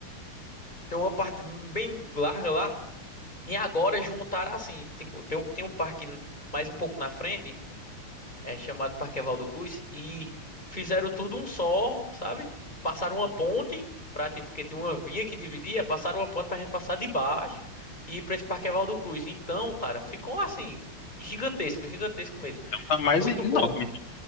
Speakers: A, on the left (about 20°); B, on the left (about 65°).
A: tem uma parte bem larga lá E agora juntaram assim, tipo, tem, um- tem um parque mais um pouco na frente, é chamado Parque Evaldo Cruz, e fizeram tudo um só, sabe? Passaram uma ponte pra, tipo, porque tinha uma via que dividia, passaram uma ponte pra gente passar de baixo e ir pra esse Parque Evaldo Cruz. Então, cara, ficou assim, gigantesco, gigantesco mesmo.
B: Tá mais
A: Muito
B: enorme.
A: bom.